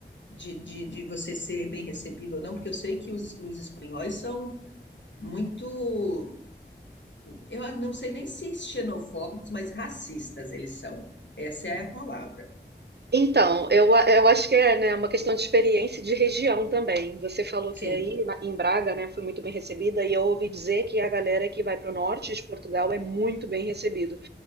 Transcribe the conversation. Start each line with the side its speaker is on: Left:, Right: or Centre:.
Left: de, de, de você ser bem recebido ou não? Porque eu sei que os, os espanhóis são muito eu não sei nem se xenofóbicos, mas racistas eles são. Essa é a palavra.
Right: Então, eu, a- eu acho que é, né, uma questão de experiência e de região também. Você falou
Left: Sim,
Right: que aí na- em Braga, né, foi muito bem recebida, e eu ouvi dizer que a galera que vai para o norte de Portugal é muito bem recebida.